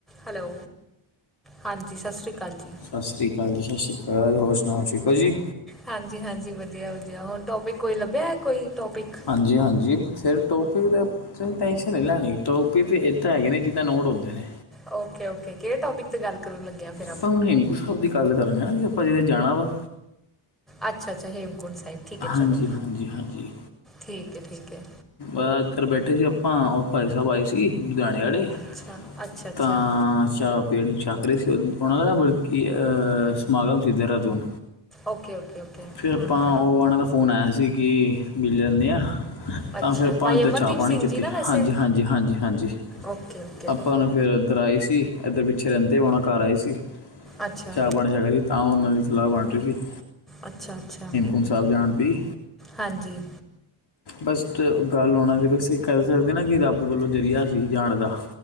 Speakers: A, in the centre; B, on the left.
A: Hello ਹਾਂਜੀ ਸਤਿ ਸ੍ਰੀ ਕਾਲ ਜੀ।
B: ਸਤਿ ਸ੍ਰੀ ਕਾਲ ਜੀ ਸਤਿ ਸ੍ਰੀ ਕਾਲ ਹੋਰ ਸੁਣਾਓ ਠੀਕ ੳ ਜੀ।
A: ਹਾਂਜੀ ਹਾਂਜੀ ਵਧੀਆ ਵਧੀਆ ਹੁਨ ਟੋਪਿਕ ਕੋਈ ਲੱਭਿਆ ਹੈ ਕੋਈ ਟੋਪਿਕ
B: ਹਾਂਜੀ ਹਾਂਜੀ ਫੇਰ ਟੋਪਿਕ ਦੇ ਤੈਨੂੰ ਟੈਸ਼ਨ ਨਹੀਂ ਲੈਣੀ ਟੋਪਿਕ ਤੇ ਏਦਾਂ ਹੈਗੇ ਨੇ ਜਿੱਦਾਂ ਨੋਟ ਹੋਂਦੇ ਨੇ।
A: ਓਕੇ ਓਕੇ ਕਿਹੜੇ ਟੋਪਿਕ ਤੇ ਗੱਲ ਕਰਨ ਲੱਗਿਆ ਫੇਰ
B: ਆਪਾਂ ਹੁਣ ਹੇਮਕੁੰਟ ਸਾਹਿਬ ਦੀ ਗੱਲ ਕਰਾਂਗੇ ਨਾ ਜੀ ਆਪਾਂ ਜਿਥੇ ਜਾਣਾ ਵਾ।
A: ਅੱਛਾ ਅੱਛਾ ਹੇਮਕੁੰਟ ਸਾਹਿਬ। ਠੀਕ ਹੈ
B: ਹਾਂਜੀ
A: ਚਲੋ।
B: ਹਾਂਜੀ ਹਾਂਜੀ।
A: ਠੀਕ ਹੈ ਠੀਕ ਹੈ।
B: ਅ ਇਧਰ ਬੈਠੇ ਸੀ ਆਪਾਂ ੳਹ ਭਾਈ ਸਾਹਿਬ ਆਏ ਸੀ ਲੁਧਿਆਣੇ ਆਲੇ।
A: ਅੱਛਾ, ਅੱਛਾ-ਅੱਛਾ,
B: ਤਾਂ ਸ਼ੋਪ ਪੇੜੀ ਚਾਕਰੇ ਸੀ ਓਨਾਂ ਦਾ ਨਾ ਬਲਕਿ ਅ ਸਮਾਗਮ ਸੀ ਦੇਰਾਦੂਨ।
A: ਓਕੇ-ਓਕੇ-ਓਕੇ।
B: ਫੇਰ ਆਪਾਂ
A: ਹੂੰ
B: ਓ ਓਨਾਂ ਦਾ ਫੋਨ ਆਯਾ ਸੀ ਕਿ ਮਿਲ ਆਣੇ ਆਂ।
A: ਅੱਛਾ
B: ਤਾਂ ਫਿਰ ਆਪਾਂ
A: ਭਾਈ
B: ਇੱਧਾਂ
A: ਅਮਨਦੀਪ
B: ਚਾਹ-ਪਾਨੀ
A: ਸਿੰਘ
B: ਕੀਤੀ
A: ਜੀ ਨਾ ਵੈਸੇ?
B: ਹਾਂਜੀ-ਹਾਂਜੀ-ਹਾਂਜੀ- ਹਾਂਜੀ।
A: ਓਕੇ-ਓਕੇ।
B: ਆਪਾਂ ਨੂੰ ਫਿਰ ਐਧਰ ਆਏ ਸੀ ਐਧਰ ਪਿੱਛੇ ਰੈੰਦੇ ਓਨਾਂ ਘਰ ਆਏ ਸੀ
A: ਅੱਛਾ,
B: ਚਾ-ਪਾਣੀ ਛਕ ਹੀ ਤਾਂ ਓਨਾਂ ਦੀ ਸਲਾਹ ਬਨ ਰੀ ਸੀ ਤਾਂ
A: ਅੱਛਾ-ਅੱਛਾ।
B: ਹੁਨ ਸਾਬ ਜਾਨ ਦੀ।
A: ਹਾਂਜੀ।
B: ਫਸਟ ਗੱਲ ਓਨਾ ਦੀ ਬਸ ਏ ਕੈ ਸਕਦੇ ਨਾ ਕਿ ਰੱਬ ਵੱਲੋਂ ਜ਼ਰੀਆ ਸੀ ਜਾਣ ਦਾ।